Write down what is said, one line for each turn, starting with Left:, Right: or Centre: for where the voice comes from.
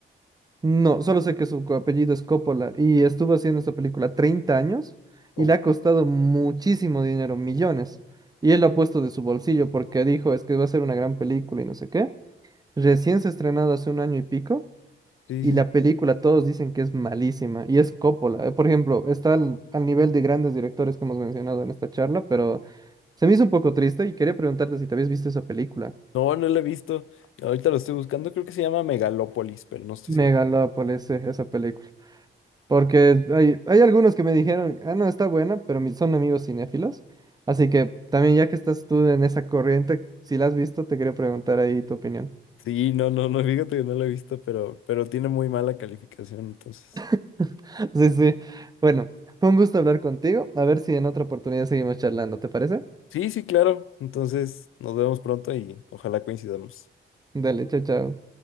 Right: No, solo sé que su co- apellido es Coppola y estuvo haciendo esta película 30 años
Left: Oh,
Right: y le ha costado muchísimo dinero, millones. Y él lo ha puesto de su bolsillo porque dijo, es que va a ser una gran película y no sé qué. Recién se ha estrenado hace un año y pico
Left: Sí,
Right: Y
Left: sí.
Right: la
Left: sí.
Right: película, todos dicen que es malísima, y es Coppola. eh, Por ejemplo, está al, al nivel de grandes directores que hemos mencionado en esta charla, pero se me hizo un poco triste y quería preguntarte si te habías visto esa película.
Left: No, no lo he visto. Ahorita lo estoy buscando. Creo que se llama Megalópolis, pero no estoy
Right: Megalópolis,
Left: seguro.
Right: eh, esa película. Porque hay, hay algunos que me dijeron, ah, no, está buena, pero mis- son amigos cinéfilos. Así que también ya que estás tú en esa corriente, si la has visto, te quería preguntar ahí tu opinión.
Left: Sí, no, no, no, <laughs> fíjate que no lo he visto, pero, pero tiene muy mala calificación, entonces.
Right: <laughs> Sí, sí. Bueno, fue un gusto hablar contigo. A ver si en otra oportunidad seguimos charlando, ¿te parece?
Left: Sí, sí, claro. Entonces, nos vemos pronto y ojalá coincidamos.
Right: Dale, chao, chao.